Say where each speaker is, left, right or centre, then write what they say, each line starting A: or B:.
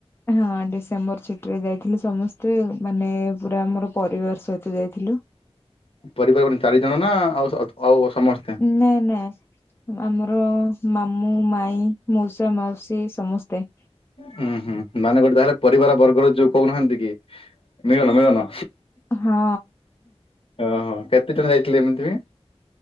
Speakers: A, on the left; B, on the left.
A: ହଁ ଡିସେମ୍ବର ଛୁଠିରେ ଯାଇଥିଲୁ ସମସ୍ତେ ମାନେ ପୁରା ଆମର ପରିବାର ସହିତ ଯାଇଥିଲୁ।
B: ପରିବାର ମାନେ ଚାରି ଜଣ ନା ଆଉ ସ-ଅ ଆଉ ସମସ୍
A: ନାଇଁ ନାଇଁ। ଅ-ଆମର ମାମୁଁ ମାଇଁ ମଉସା ମାଉସୀ ସମସ୍ତେ।
B: ହୁଁ ହୁଁ ମାନେ ଗୋଟେ ତାହେଲେ ପରିବାର ବର୍ଗର ଯୋଉ କହୁନାହାନ୍ତି କି ମିଳନ ମିଳନ।
A: ହଁ
B: ଓହୋ କେତେ ଜଣ ଯାଇଥିଲେ ଏମିତି ବି?